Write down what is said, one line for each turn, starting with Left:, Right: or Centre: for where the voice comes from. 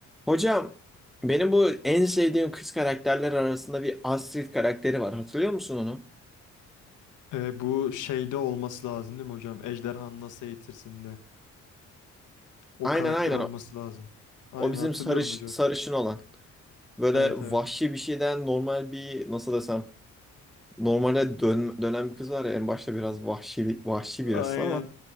Centre: Hocam benim bu en sevdiğim kız karakterler arasında bir Astrid karakteri var. Hatırlıyor musun onu?
Left: E, bu şeyde olması lazım değil mi hocam? Ejderhanı nasıl eğitirsin'de. O
Centre: Aynen
Left: karakter
Centre: aynen.
Left: olması lazım. Aynen
Centre: O bizim
Left: hatırlıyorum
Centre: sarış
Left: hocam.
Centre: sarışın olan. Böyle
Left: Evet
Centre: vahşi
Left: evet.
Centre: bir şeyden normal bir nasıl desem normale dön, dönen bir kız var ya en başta biraz vahşi vahşi birisi
Left: Aynen.
Centre: ama